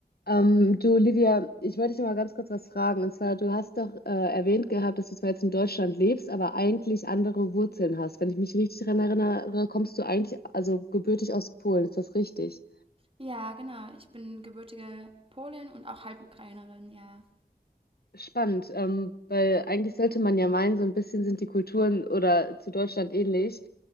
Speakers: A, on the left; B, on the right.
A: Ähm, du, Olivia, ich wollte dich noch mal ganz kurz was fragen. Und zwar, du hast doch äh, erwähnt gehabt, dass du zwar jetzt in Deutschland lebst, aber eigentlich andere Wurzeln hast. Wenn ich mich richtig daran erinnere, kommst du eigentlich, also gebürtig aus Polen. Ist das richtig?
B: Ja, genau. Ich bin gebürtige Polin und auch Halbukrainerin, ja.
A: Spannend, ähm, weil eigentlich sollte man ja meinen, so ein bisschen sind die Kulturen oder zu Deutschland ähnlich.